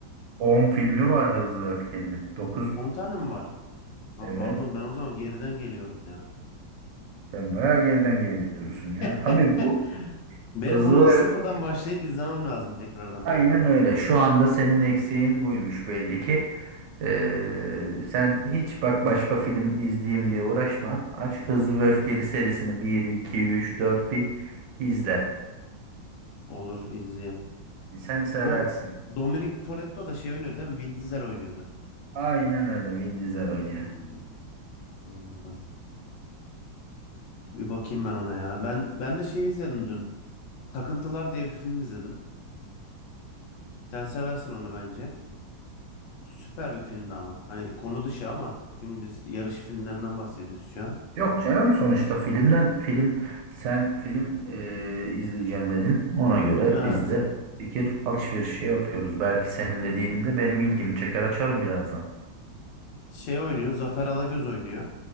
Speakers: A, on the right; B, on the left.
A: on filmi var Hızlı ve Öfkeli'nin. Dokuz
B: on tane mi var? Ha
A: evet
B: pardon ben o zaman geriden geliyorum ya.
A: sen bayağı geriden geliyorsun ya.
B: <laughs>
A: Tabii bu
B: Benim
A: Hızlı
B: bunu sıfırdan
A: ve Öfkeli
B: başlayıp izlemem lazım tekrardan
A: aynen
B: bence.
A: öyle. Şu anda senin eksiğin buymuş belli ki. Ee, sen hiç bak başka film izleyeyim diye uğraşma. Aç
B: Hı hı.
A: Hızlı ve Öfkeli serisini bir iki üç dört bir izle.
B: Olur izleyeyim.
A: Sen seversin.
B: Bu Dominic Toretto da şey oynuyordu değil mi? Vin Diesel oynuyordu.
A: Aynen öyle Vin Diesel
B: Hmm,
A: oynuyor.
B: anladım. Bir bakayım ben ona ya. Ben ben de şey izledim dün. Takıntılar diye bir film izledim. Sen seversin onu bence. Süper bir filmdi ama. Hani konu dışı ama. Çünkü biz yarış filmlerinden bahsediyoruz şu an.
A: Yok canım sonuçta filmden film sen film e, izleyeceğim dedin. Ona göre
B: Evet.
A: biz de fikir alışverişi yapıyoruz. Belki senin dediğinde benim ilgimi çeker açarım birazdan.
B: Şey oynuyor. Zafer Alagöz oynuyor.